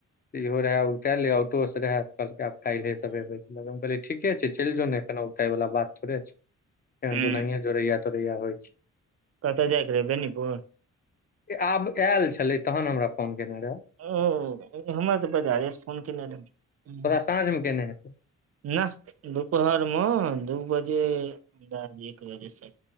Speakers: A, on the left; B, on the right.
A: इहो रहे उ कए ले ऑटो से रहे कहलकै आब खाइलहे सबे हम कहलियै ठीके छै चैल जो ने कना औगताइ वला बात थोड़े छै
B: हूँ
A: कु नहिय जोरया तोरइया होइ छै
B: कतऽ जाइके रहै बेनीपुर
A: आब आयल छले तहन हमरा फोन केने रहे
B: ह हमरा तऽ बर फोन कने रहै
A: तोरा साँझ मे केने हेतौ
B: नाह दुपहरमे दू बजे अन्दाज एक बजेसे